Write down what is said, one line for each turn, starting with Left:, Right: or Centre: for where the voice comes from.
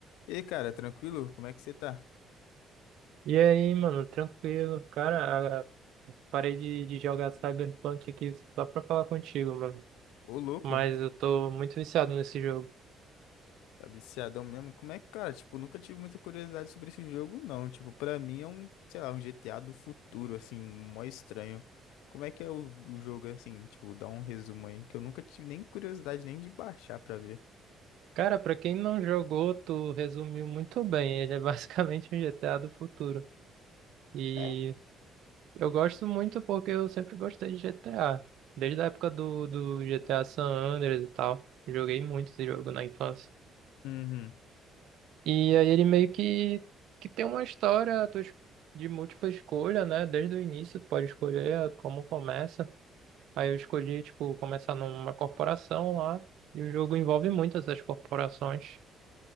Left: E aí, cara, tranquilo? Como é que você tá?
Right: E aí, mano, tranquilo. Cara, a- parei de, de jogar Cyberpunk aqui só pra falar contigo, mano.
Left: Ô, louco,
Right: Mas eu tô muito viciado nesse jogo.
Left: tá viciadão mesmo? Como é que, cara, tipo, nunca tive muita curiosidade sobre esse jogo, não. Tipo, pra mim é um, sei lá, um GTA do futuro, assim, mó estranho. Como é que é o, o jogo, assim, tipo, dá um resumo aí, que eu nunca tive nem curiosidade nem de baixar pra ver.
Right: Cara, pra quem não jogou, tu resumiu muito bem. Ele é <laughs> basicamente um GTA do futuro. E
Left: É?
Right: eu gosto muito porque eu sempre gostei de GTA. Desde a época do, do GTA San Andreas e tal. Joguei muito esse jogo na infância.
Left: Uhum.
Right: E aí ele meio que, que tem uma história tu es- de múltipla escolha, né? Desde o início tu pode escolher como começa. Aí eu escolhi, tipo, começar numa corporação lá. E o jogo envolve muitas das corporações.